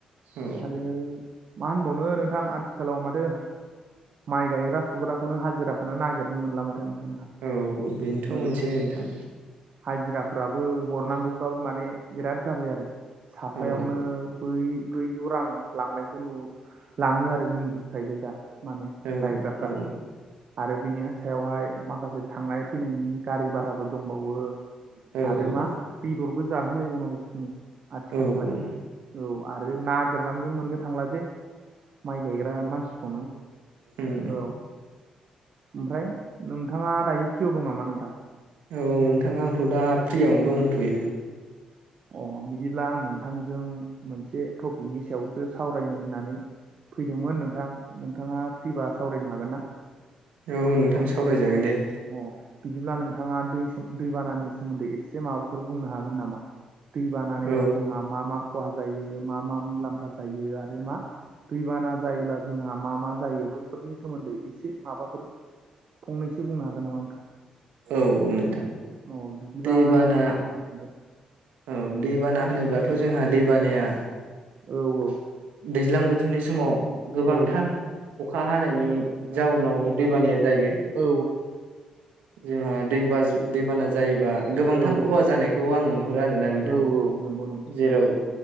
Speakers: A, on the right; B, on the right.
A: औ
B: आरो मा होनबावनो नोंथां आथिखालाव माथो। माइ गायग्रा फुग खौनो हाजिराखौनो नागिरनो मोनला माथो नोंथां
A: औ बेनोथ'
B: औ।
A: मोनसे नोंथां
B: हाजिराफ्राबो हरनांगौफ्राबो माने बिराद जाबाय आरो। साफायावनो
A: औ
B: बै ब्रैजौ रां लांनायखौ नु लाङो आरो जोंनि गायजायो दा माने
A: औ
B: गायग्राफ्रा
A: औ
B: आरो बिनि सायावहाय माखासे थांनाय फैनायनि गारि भाराबो दंबावो
A: औ
B: आरो मा बेदरबो जाहोलायबावनांगौनो आथिखालावहाय।
A: औ औ
B: औ आरो नागिरनानैबो मोननो थांला जे माइ गायग्रा मानसिखौनो।
A: उम
B: औ। ओमफ्राय नोंथाङा दायो फ्रियाव दं नामा नोंथां?
A: औ नोंथाङा आंथ' दा फ्रियावनो दंथ'यो।
B: अ बिदिब्ला आं नोंथांजों मोनसे टपिकनि सायावसो सावरायनो होननानै फैदोंमोन नोंथां नोंथाङा फ्रिबा सावरायनो हागोन ना?
A: औ नोंथां सावरायजागोन दे।
B: अ बिदिब्ला नोंथाङा दै सोम दैबानानि सोमोन्दै एसे माबाफोर बुंनो हागोन नामा? दैबानानायाव
A: औ
B: जोंहा मा मा खहा जायो मा मा मुलाम्फा जायो आरो मा दैबाना जायोब्ला जोंहा मा मा जायो बैफोरनि सोमोन्दै एसे माबाफोर फंनैसो सो बुंनो हागोन नामा नोंथां
A: औ नोंथां
B: अ बिदिबा
A: दैबाना
B: नोंथाङा बुंलांदो
A: औ दैबाना होनोब्लाथ' जोंहा दैबानाया
B: औ औ।
A: दैज्लां बोथोरनि समाव गोबांथार
B: औ
A: अखा हानायनि जाउनाव दैबानाया जायो।
B: औ
A: जोंहा दै बाज दैबाना जायोबा गोबांथार
B: औ
A: खहा
B: औ
A: जानायखौ आं नुहरो आरोना नोंथां।
B: औ नंगौ नंगौ नोंथां।
A: जेराव